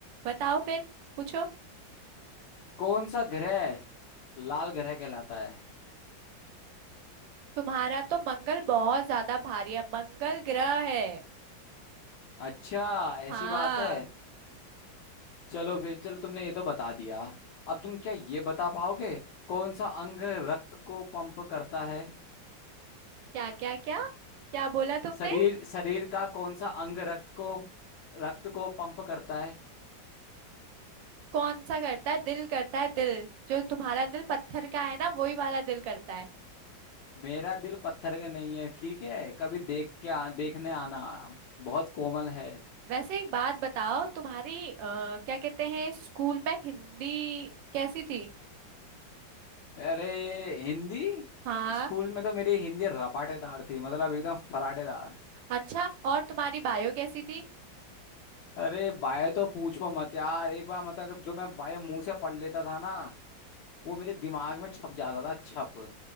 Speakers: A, on the right; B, on the left.
A: बताओ फिर पूछो
B: कौन सा ग्रह लाल ग्रह कहलाता है
A: तुम्हारा तो मंगल बहुत ज्यादा भारी है मंगल ग्रह है
B: अच्छा ऐसी
A: हाँ
B: बात है चलो फिर चलो तुमने ये तो बता दिया अब तुम क्या ये बता पाओगे कौन सा अंग रक्त को पंप करता है
A: क्या क्या क्या क्या बोला तुमने
B: शरीर शरीर का कौन सा अंग रक्त को रक्त को पंप करता है
A: कौन सा करता है दिल करता है दिल जो तुम्हारा दिल पत्थर का है ना वही वाला दिल करता है
B: मेरा दिल पत्थर का नहीं है ठीक है कभी देख के आ, देखने आना बहुत कोमल है
A: वैसे एक बात बताओ तुम्हारी अ, क्या कहते हैं स्कूल में हिंदी कैसी थी
B: अरे हिंदी
A: हाँ
B: स्कूल में तो मेरी हिंदी रपाटेदार थी मतलब एकदम फराटेदार
A: अच्छा और तुम्हारी बायो कैसी थी
B: अरे बायो तो पूछो मत यार एक बार मतलब जो मैं बायो मुंह से पढ़ लेता था ना वो मेरे दिमाग में छप जाता था छप